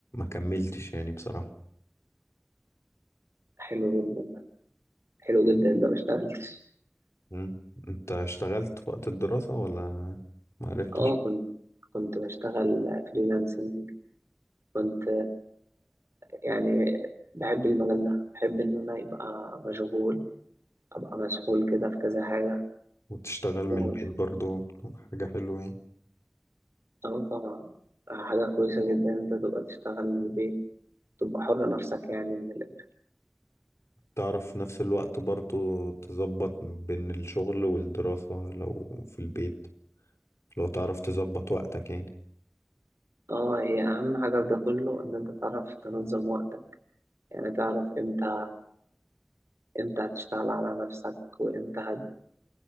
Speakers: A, on the left (about 80°); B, on the right (about 70°).
A: كملتش يعني بصراحة
B: حلو جدا ده حلو جدا ان انا ما اشتغلتش
A: مم. انت اشتغلت في وقت الدراسة ولا معرفتش
B: اه كنت كنت بشتغل فريلانسنج كنت يعني بحب المجال ده بحب إن أنا يبقى مشغول أبقى مسحول كده في كذا حاجة
A: وتشتغل من
B: و...
A: البيت برضو حاجة حلوة يعني
B: آه طبعا حاجة كويسة جدا إن أنت تبقى تشتغل من البيت تبقى حر نفسك يعني من ال...
A: تعرف في نفس الوقت برضو تظبط بين الشغل والدراسة لو في البيت لو تعرف تظبط وقتك يعني
B: آه هي أهم حاجة في ده كله إن أنت تعرف تنظم وقتك يعني تعرف إمتى إمتى هتشتغل على نفسك وإمتى هت...